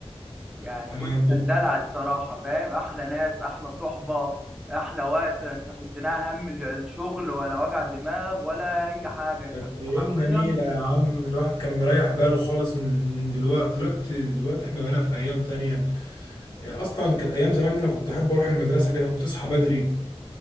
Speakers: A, in the centre; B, on the left (about 45°).
A: يعني
B: انا
A: بص
B: كنت
A: كان دلع الصراحه فاهم احلى ناس احلى صحبه احلى وقت انت كنت لا هم الشغل ولا وجع دماغ ولا اي حاجه انت
B: كانت
A: كنت
B: ايام
A: حرفيا
B: جميله يا عم الواحد كان مريح باله خالص من من دلوقتي دلوقتي دلوقتي احنا بقينا في ايام تانية اصلا كانت ايام زمان دي انا كنت احب اروح المدرسه كده كنت تصحى بدري